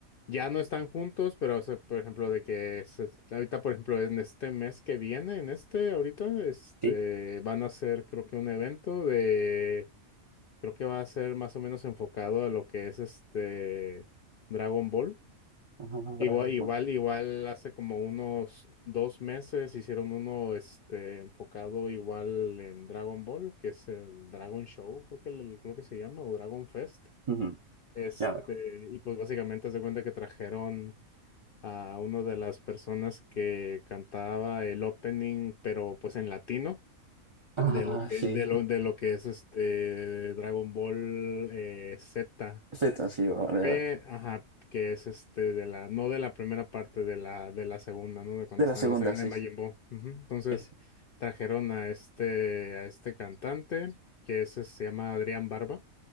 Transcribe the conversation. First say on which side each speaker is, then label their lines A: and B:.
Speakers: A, on the left; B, on the right.
A: ya no están juntos, pero, o sea, por ejemplo, de que se- ahorita, por ejemplo, en este mes que viene, en este, ahorita, este,
B: Sí.
A: van a hacer, creo que un evento de, creo que va a ser más o menos enfocado a lo que es este Dragon Ball.
B: Ah, Dragon
A: Igual, igual,
B: Ball.
A: igual hace como unos dos meses hicieron uno, este, enfocado igual en Dragon Ball, que es el Dragon Show, creo que, le- creo que se llama, o Dragon Fest.
B: Ujú.
A: Este,
B: Ya veo.
A: y pues básicamente se cuenta que trajeron a una de las personas que cantaba el opening, pero pues en latino,
B: Ah,
A: de lo que,
B: sí.
A: de lo, de lo que es este Dragon Ball eh, Z,
B: Z, sí, vale,
A: P,
B: vale.
A: ajá, que es este de la, no de la primera parte, de la, de la segunda, ¿no? De cuando
B: De
A: están
B: la segunda,
A: en la saga
B: sí,
A: de Majin
B: sí.
A: Buu. Ujú. Entonces,
B: Sí, sí.
A: trajeron a este, a este cantante, que es, este, se llama Adrián Barba.